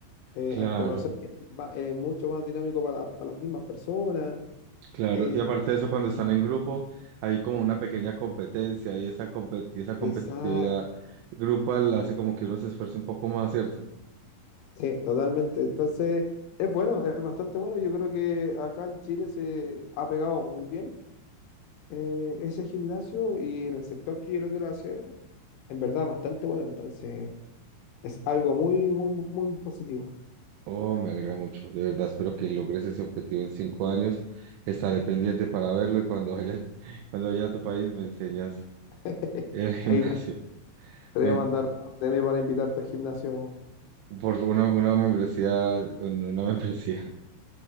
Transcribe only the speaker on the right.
Claro,
claro.
Y aparte de eso, cuando están en grupo, hay como una pequeña competencia y esa, compe- y esa
competitividad grupal hace como que uno se esfuerce un poco más, ¿cierto?
Oh, me alegra mucho. De verdad, espero que logres ese objetivo en cinco años. Estaré pendiente para verlo y cuando vaya, <laughs> cuando vaya a tu país me enseñas.
El gimnasio.
Me-
por una, una membresía, una <laughs> membresía